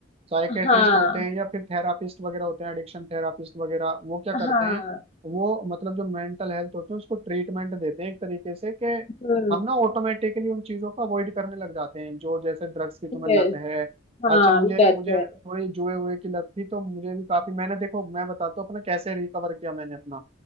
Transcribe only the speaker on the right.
साइकेट्रिस्ट
होते हैं या फिर थेरापिस्ट वगैरह होते हैं एडिक्शन थेरापिस्ट वगैरह वो क्या करते
हैं वो मतलब जो मेंटल हेल्थ होती है उसको ट्रीटमेंट देते हैं एक तरीके से कि
हम ना ऑटोमेटिकली उन चीजों को अवॉइड करने लग जाते हैं जो जैसे ड्रग्स की तुम्हें
लत है
अच्छा मुझे
मुझे थोड़ी जुए हुए की लत थी तो मुझे भी काफी मैंने देखो मैं बताता हूँ अपना कैसे रिकवर किया मैंने अपना